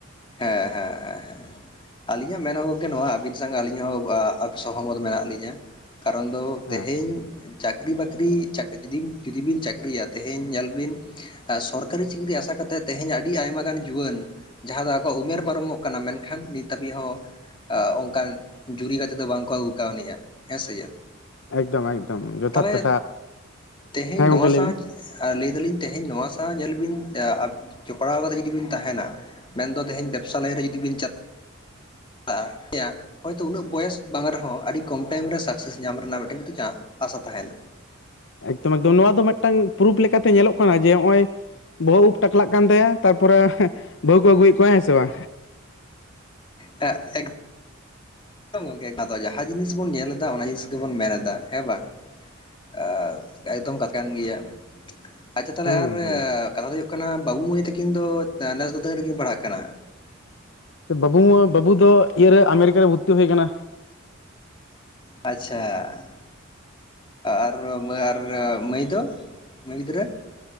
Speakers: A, on the left; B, on the left.
A: ᱦᱮᱸ ᱦᱮᱸ ᱦᱮᱸ ᱦᱮᱸ ᱟᱹᱞᱤᱧᱟᱜ ᱢᱮᱱ ᱦᱚᱸ ᱜᱚᱝᱠᱮ ᱱᱚᱣᱟ ᱟᱹᱵᱤᱱ ᱥᱟᱝ ᱟᱹᱞᱤᱧ ᱦᱚᱸ ᱥᱚᱦᱚᱢᱚᱛ ᱢᱮᱱᱟᱜ ᱞᱤᱧᱟ ᱠᱟᱨᱚᱱ ᱫᱚ ᱛᱮᱦᱮᱧ
B: ᱦᱮᱸ
A: ᱪᱟᱹᱠᱨᱤ ᱵᱟᱹᱠᱨᱤ ᱪᱟᱹᱠ ᱡᱩᱫᱤᱢ ᱡᱩᱫᱤᱵᱤᱱ ᱪᱟᱹᱠᱨᱤᱭᱟ ᱛᱮᱦᱤᱧ ᱧᱮᱞ ᱵᱤᱱ ᱥᱚᱨᱠᱟᱨᱤ ᱪᱤᱠᱨᱤ ᱟᱥᱟ ᱠᱟᱛᱮᱜ ᱛᱮᱦᱮᱧ ᱟᱹᱰᱤ ᱟᱭᱢᱟ ᱜᱟᱱ ᱡᱩᱣᱟᱹᱱ ᱡᱟᱦᱟᱸ ᱫᱚ ᱟᱠᱚᱣᱟᱜ ᱩᱢᱮᱨ ᱯᱟᱨᱚᱢᱚᱜ ᱠᱟᱱᱟ ᱢᱮᱱᱠᱷᱟᱱ ᱱᱤᱛ ᱦᱟᱹᱵᱤᱡ ᱦᱚᱸ ᱚᱝᱠᱟᱱ ᱡᱩᱨᱤ ᱜᱟᱛᱮ ᱫᱚ ᱵᱟᱝᱠᱚ ᱟᱹᱜᱩ ᱠᱟᱣᱱᱤᱡᱼᱟ ᱦᱮᱸᱥᱮ ᱪᱮᱫ
B: ᱮᱠᱫᱚᱢ ᱮᱠᱫᱚᱢ ᱡᱚᱛᱷᱟᱛ
A: ᱛᱟᱦᱚᱞᱮ
B: ᱠᱟᱛᱷᱟ
A: ᱛᱮᱦᱮᱧ
B: ᱦᱮᱸ
A: ᱱᱚᱣᱟ
B: ᱜᱚᱝᱠᱮ
A: ᱥᱟᱶ
B: ᱞᱟᱹᱭ ᱵᱤᱱ
A: ᱞᱟᱹᱭ ᱫᱟᱞᱤᱧ ᱛᱮᱦᱮᱧ ᱱᱚᱣᱟ ᱥᱟᱶ ᱧᱮᱞ ᱵᱤᱱ ᱟ ᱡᱚᱯᱲᱟᱣ ᱠᱟᱛᱮᱫ ᱡᱩᱫᱤᱵᱤᱱ ᱛᱟᱦᱮᱱᱟ ᱢᱮᱱᱫᱚ ᱛᱮᱦᱮᱧ ᱵᱮᱯᱥᱟ ᱞᱟᱹᱭᱤᱱ ᱨᱮ ᱡᱩᱫᱤ ᱵᱤᱱ ᱪᱟᱜ <unintelligible> ᱦᱚᱳᱭᱛᱳ ᱩᱱᱟᱹᱜ ᱵᱚᱭᱮᱥ ᱵᱟᱝ ᱨᱮᱦᱚᱸ ᱟᱹᱰᱤ ᱠᱚᱢ ᱴᱟᱭᱤᱢ ᱨᱮ ᱥᱟᱠᱥᱮᱥ ᱧᱟᱢ ᱨᱮᱱᱟᱜ ᱢᱤᱫᱴᱮᱱ ᱪᱟᱸᱥ ᱟᱥᱟ ᱛᱟᱦᱮᱱᱟ
B: ᱮᱠᱫᱚᱢ ᱮᱠᱫᱚᱢ ᱱᱚᱣᱟ ᱫᱚ ᱢᱤᱫᱴᱟᱝ ᱯᱨᱩᱯᱷ ᱞᱮᱠᱟᱛᱮ ᱧᱮᱞᱚᱜ ᱠᱟᱱᱟ ᱡᱮ ᱦᱚᱜᱼᱚᱭ ᱵᱚᱦᱚᱜ ᱩᱵ ᱴᱟᱠᱞᱟᱜ ᱠᱟᱱ ᱛᱟᱭᱟ ᱛᱟᱨᱯᱚᱨᱮ ᱵᱟᱹᱦᱩ ᱠᱚ ᱟᱹᱜᱩᱭᱮᱫ ᱠᱚᱣᱣᱟ ᱦᱮᱸ ᱥᱮ ᱵᱟ
A: ᱮ ᱮᱠ ᱦᱮᱸ ᱜᱚᱝᱠᱮ ᱫᱚ ᱡᱟᱦᱟᱸ ᱡᱤᱱᱤᱥ ᱵᱩᱱ ᱧᱮᱞ ᱮᱫᱟ ᱚᱱᱟ ᱡᱤᱱᱤᱥ ᱜᱮᱵᱩᱱ ᱢᱮᱱ ᱮᱫᱟ ᱦᱮᱸ ᱵᱟᱝ ᱾ ᱮᱫ ᱮᱠᱫᱚᱢ ᱠᱟᱛᱷᱟ ᱠᱟᱱ ᱜᱮᱭᱟ ᱟᱪᱪᱷᱟ ᱛᱟᱦᱚᱞᱮ
B: ᱦᱩᱸ
A: ᱟᱨ
B: ᱦᱩᱸ
A: ᱠᱟᱛᱷᱟ ᱫᱚ ᱦᱩᱭᱩᱜ ᱠᱟᱱᱟ ᱵᱟᱹᱵᱩ ᱢᱟᱹᱭ ᱛᱟᱹᱠᱤᱱ ᱫᱚ ᱱᱮᱥ ᱫᱚ ᱛᱮᱱᱟᱹᱜ ᱨᱮ ᱠᱤᱱ ᱯᱟᱲᱦᱟᱜ ᱠᱟᱱᱟ?
B: ᱵᱟᱹᱵᱩ ᱵᱟᱹᱵᱩ ᱫᱚ ᱤᱭᱟᱹ ᱨᱮ ᱟᱢᱮᱨᱤᱠᱟ ᱨᱮ ᱵᱷᱩᱨᱛᱤ ᱦᱩᱭ ᱠᱟᱱᱟ
A: ᱟᱪᱪᱷᱟ ᱟᱨ ᱟᱨ ᱢᱟᱹᱭ ᱫᱚ ᱢᱟᱹᱭ ᱜᱤᱫᱽᱨᱟᱹ